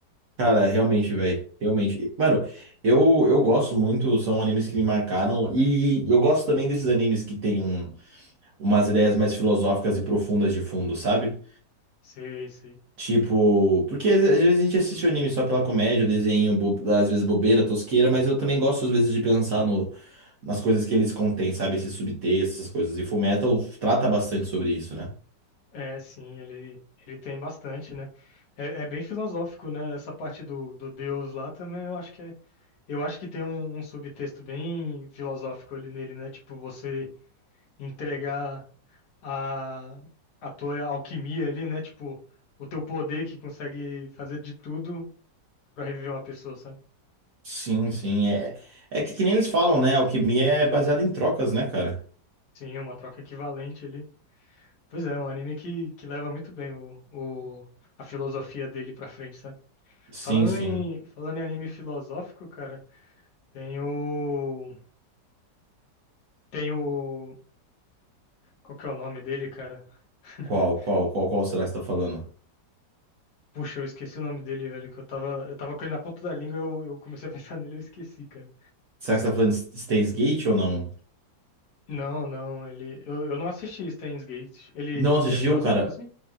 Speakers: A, on the right; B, on the left.
A: Cara, realmente, velho. Realmente. Mano, eu, eu gosto muito, são animes que me marcaram. E eu gosto também desses animes que tem um, umas ideias mais filosóficas e profundas de fundo, sabe?
B: Sei, sei.
A: Tipo, porque às às vezes a gente assiste o anime só pela comédia, desenho, bo- às vezes bobeira, tosqueira, mas eu também gosto às vezes de pensar no, nas coisas que eles contêm, sabe? esses subtexto, essas coisas. E Fullmetal trata bastante sobre isso, né?
B: É, sim, ele, ele tem bastante, né? É, é bem filosófico, né? Essa parte do, do Deus lá também, eu acho que é, eu acho que tem um, um subtexto bem filosófico ali nele, né? Tipo, você entregar a, a tua alquimia ali, né? Tipo, o teu poder que consegue fazer de tudo pra reviver uma pessoa, sabe?
A: Sim, sim. É, é que, que nem eles falam, né? Alquimia é baseada em trocas, né, cara?
B: Sim, uma troca equivalente ali. Pois é, é um anime que, que leva muito bem o, o, a filosofia dele pra frente, sabe?
A: Sim,
B: Falando
A: sim.
B: em, falando em anime filosófico, cara, tem o. Tem o. Qual que é o nome dele, cara? <laughs>
A: Qual, qual, qual, qual será que você tá falando?
B: Puxa, eu esqueci o nome dele, velho, que eu tava, eu tava com ele na ponta da língua, eu, eu comecei a <laughs> pensar nele e eu esqueci, cara.
A: Será que você tá falando de Steins Gate ou não?
B: Não, não, ele. Eu, eu não assisti Steins Gate. Ele,
A: Não assistiu,
B: ele é filosófico,
A: cara?
B: assim?